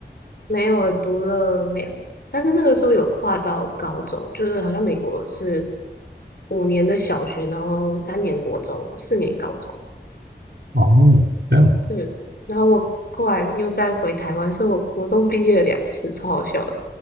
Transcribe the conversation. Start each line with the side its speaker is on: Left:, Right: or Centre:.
Left: 没有，读了两年，但是那个时候有跨到高中，就是好像美国是五年的小学，然后三年国中，四年高中。
Right: 哦，这样
Left: 对，然后我后来又再回台湾，所以我国中毕业了两次，超好笑的。